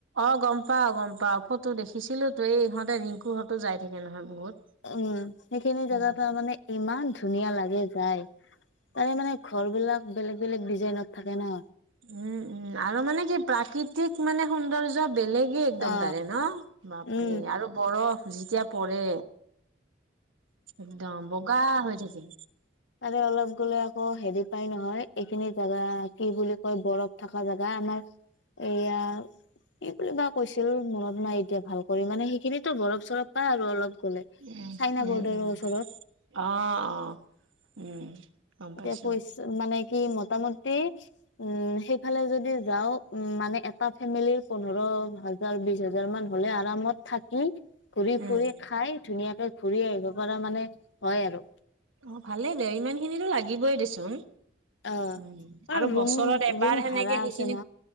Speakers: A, on the right (about 85°); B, on the left (about 65°).
A: অ গম পাও গম পাও ফটো দেখিছিলো তো এই ইহঁতে ৰিংকু হতো যাই থাকে নহয় বহুত
B: উম সেইখিনি জেগা
A: উম।
B: তাৰ মানে ইমান ধুনীয়া লাগে যায় তাৰে মানে ঘৰ বিলাক বেলেগ বেলেগ ডিজাইনত থাকে ন
A: উম উম আৰু মানে কি প্ৰাকৃতিক মানে সৌন্দৰ্য বেলেগ একদম
B: অ
A: তাৰে ন বাপৰে
B: উম
A: আৰু বৰফ যেতিয়া পৰে একদম বগা হৈ থাকে
B: আৰু অলপ গলে আকৌ হেৰি পাই নহয় এইখিনি জেগা কি বুলি কয় বৰফ থকা জেগা আমাৰ এইয়া কি বুলি বা কৈছিল মনত নাই এতিয়া ভাল কৰি মানে সেইখিনিতো বৰফ চৰফ পাই আৰু অলপ গলে
A: উম
B: চাইনা
A: উম
B: বৰ্ডাৰৰ
A: উম
B: ওচৰত
A: অ অ উম গম
B: এতিয়া
A: পাইছো
B: পইচা মানে কি মটামুটি উম সেইফালে যদি যাও উ মানে এটা ফেমিলিৰ পোন্ধৰ হাজাৰ বিশ হাজাৰ মান হলে আৰামত থাকি ঘূৰি
A: উম
B: ফুৰি খাই ধুনীয়াকে ঘূৰি আহিব পৰা মানে হয় আৰু
A: অ ভালেই ইমান খিনিটো লাগিবই দেচোন
B: অ
A: উম আৰু
B: ৰুম
A: বছৰত এবাৰ
B: ৰুম
A: সেনেকে
B: ভাড়া
A: সেইখিনি
B: আছে ন